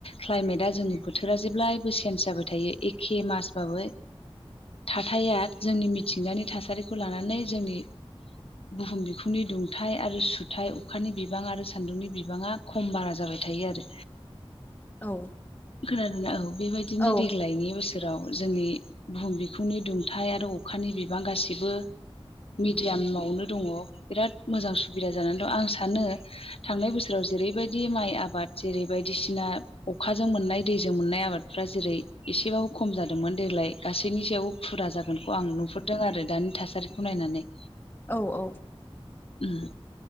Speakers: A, on the left; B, on the left.
A: क्लाायमेटआ जोंनि बोथोरा जेब्लायबो चेन्ज जाबाय थायो एखे मासबाबो थाथाया जोंनि मिथिंगानि थासारिखौ लानानै जोंनि बुहुम बिखुंनि दुंथाइ आरो सुथाइ अखानि बिबां आरो सान्दुंनि बिबाङा खम बारा जाबाय थायो आरो
B: औ
A: खोनादोंना औ बेबायदिनो
B: औ
A: देग्लायनि बोसोराव जोंनि बुहुम बिखुंनि दुंथाइ आरो अखानि बिबां गासिबो मिडियाम आवनो दङ बिराद मोजां सुबिदा जानानै दं आं सानो थांनाय बोसोराव जेरैबायदि माइ आबाद जेरै बायदिसिना अखाजों मोननाय दैजों मोननाय आबादफ्रा जेरै एसेबाबो खम जादोंमोन देग्लाय गासैनि सायाव फुरा जागोनखौ आं नुहरदों आरो दानि थासारिखौ नायनानै
B: औ औ
A: उम